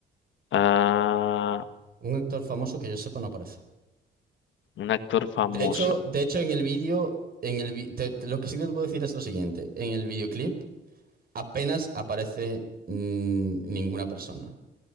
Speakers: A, on the left; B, on the right.
A: Ah,
B: Un actor famoso que yo sepa no aparece.
A: un actor famoso.
B: De hecho, de hecho en el vídeo, en el vi- te- te- lo que sí te puedo decir es lo siguiente. En el videoclip apenas aparece mm, ninguna persona.